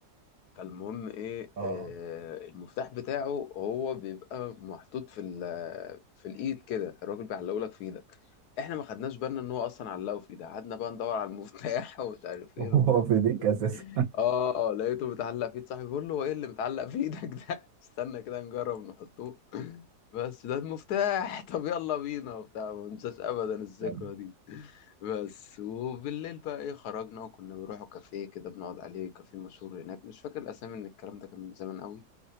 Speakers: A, on the left; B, on the right.
A: فالمهم ايه
B: اه
A: آه، المفتاح بتاعه هو بيبقى محطوط في ال- في الايد كده الراجل بيعلقه لك في ايدك احنا ما خدناش بالنا ان هو اصلا علقه في ايدي قعدنا بقى ندور على المفتاح <laughs> ومش عارف فين
B: <laughs> هو
A: وفين
B: في ديك
A: فين
B: اساسا
A: اه لقيته متعلق في ايد صاحبي بقول له هو ايه اللي متعلق في ايدك ده <laughs> استنى كده نجرب نحطوه <laughs> بس ده المفتاح <laughs> طب يلا بينا وبتاع ما انساش ابدا الذكرى
B: <laughs>
A: دي بس وبالليل بقى ايه خرجنا وكنا بنروحوا كافيه كده بنقعد عليه كافيه مشهور هناك مش فاكر الاسامي من الكلام ده كان من زمان قوي